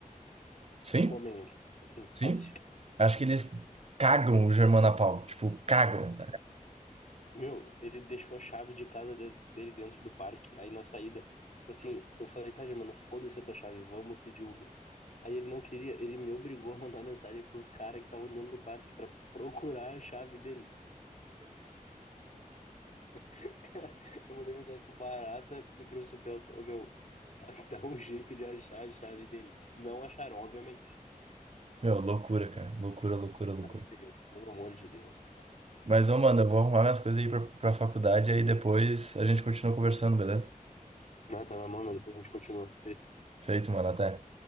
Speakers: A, on the right; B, on the left.
A: sim,
B: Comem ele. Assim,
A: sim,
B: fácil.
A: acho que eles cagam o Germano a pau, tipo, cagam.
B: Meu, ele deixou a chave de casa de- dele dentro do parque, aí na saída. Tipo assim, eu falei, tá, Germano, foda-se a tua chave, vamos pedir Uber. Aí ele não queria, ele me obrigou a mandar mensagem pros caras que estavam dentro do parque pra procurar a chave dele. <laughs> Eu mandei mensagem pro Barata e pro Supelso. Ô, meu, <laughs> dá um jeito de achar a chave dele. Não acharam, obviamente.
A: Meu, loucura, cara. Loucura, loucura,
B: Não,
A: loucura.
B: pelo amor de Deus.
A: Mas, ô, mano, eu vou arrumar minhas coisas aí pra, pra faculdade, aí depois a gente continua conversando, beleza?
B: Ah, tá na mão, mas depois a gente continua. Feito.
A: Feito, mano, até.